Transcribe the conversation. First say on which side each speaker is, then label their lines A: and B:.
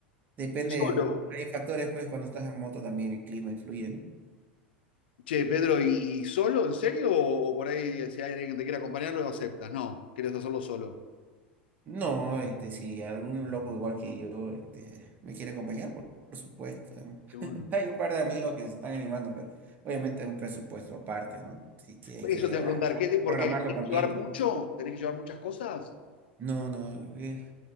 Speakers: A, on the right; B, on the left.
A: Depende,
B: Solo.
A: hay factores, pues cuando estás en moto también el clima influye.
B: Che, Pedro, ¿y, y solo? ¿En serio? O, o por ahí, si hay alguien que te quiera acompañar, lo aceptas. No, quieres hacerlo solo.
A: No, No, este, si algún loco igual que yo, este, me quiere acompañar, por, por supuesto. ¿no?
B: Qué bueno.
A: <laughs> Hay un par de amigos que se están animando, pero obviamente es un presupuesto aparte, ¿no? Así que hay
B: Eso
A: que,
B: te iba
A: hay
B: a preguntar, ¿qué,
A: que
B: ¿por
A: programarlo
B: qué? ¿Tenés
A: con
B: que
A: tiempo.
B: llevar mucho? ¿Tenés que llevar muchas cosas?
A: No, no, es,